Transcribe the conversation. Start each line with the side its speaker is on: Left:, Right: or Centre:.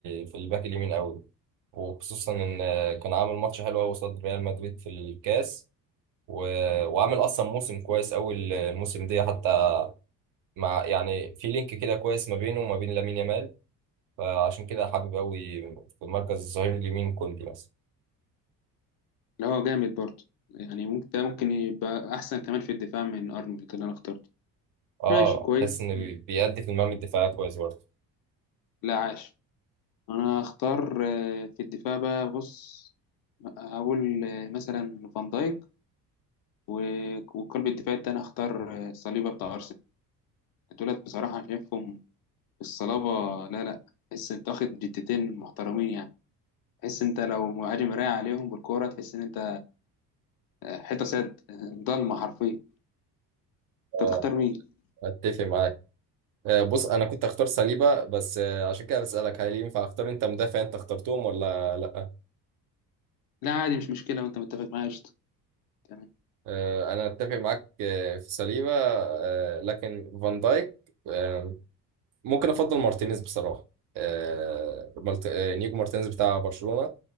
Right: في الباك اليمين قوي وخصوصا ان آه، كان عامل ماتش حلو قوي قصاد ريال مدريد في الكاس و... وعامل اصلا موسم كويس قوي الموسم ده حتى مع يعني في لينك كده كويس ما بينه وما بين لامين يامال فعشان كده حابب قوي في مركز الظهير اليمين كوندي مثلا
Left: اللي هو جامد برضه يعني ممكن ده ممكن يبقى احسن كمان في الدفاع من ارنولد اللي انا اخترته
Right: اه
Left: ماشي كويس
Right: تحس انه بي-
Left: م.
Right: بيأدي في المهام الدفاعيه كويس برضه
Left: لا عاش انا هختار آه، في الدفاع بقى بص هقول آه، مثلا فان دايك آه، وقلب الدفاع التاني هختار آه، صليبة بتاع ارسنال دولت بصراحة شايفهم الصلابة لا لا تحس انت واخد جتتين محترمين يعني تحس انت لو مهاجم رايح عليهم بالكورة تحس ان انت آه، حيطة سد آه، ضلمة حرفيا
Right: اه
Left: انت تختار مين
Right: اتفق معاك آه، بص انا كنت هختار سليبة بس آه، عشان كده بسألك هل ينفع اختار انت مدافع انت اخترتهم ولا لا
Left: لا عادي مش مشكلة وانت متفق معايا قشطة تمام
Right: آه، انا اتفق معاك آه، في سليبة آه، لكن فان دايك آه، ممكن افضل مارتينيز بصراحه آه مالت... آه نيجو مارتينيز بتاع برشلونه